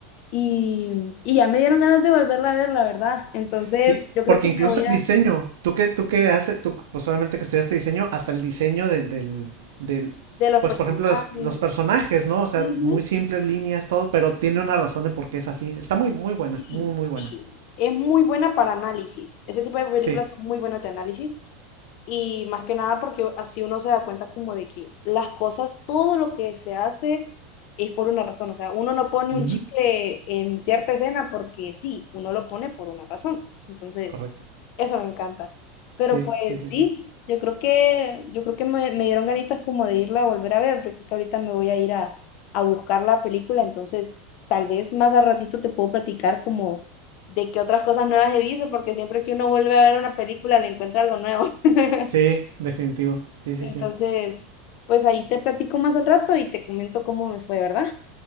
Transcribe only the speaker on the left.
y, y ya me dieron ganas de volverla a ver, la verdad. Entonces
yo creo
que
me voy a...
De los
personajes.
Ujú.
Sí,
sí.
Es muy buena para análisis. Ese tipo de películas
son muy buenas de análisis. Y más que nada porque así uno se da cuenta como de que las cosas, todo lo que se hace es por una razón. O sea, uno no pone
un chicle en cierta escena porque sí, uno lo pone por una razón. Entonces,
eso me encanta. Pero
pues
sí,
yo creo que, yo creo que me, me dieron ganitas como de irla a volver a ver. Yo creo que ahorita me voy a ir a, a buscar la película, entonces tal vez más al ratito te puedo platicar como de qué otras cosas nuevas he visto, porque siempre que uno vuelve a ver una película le encuentra algo nuevo. <laughs>
Entonces,
pues ahí te platico más al rato y te comento cómo me fue, ¿verdad?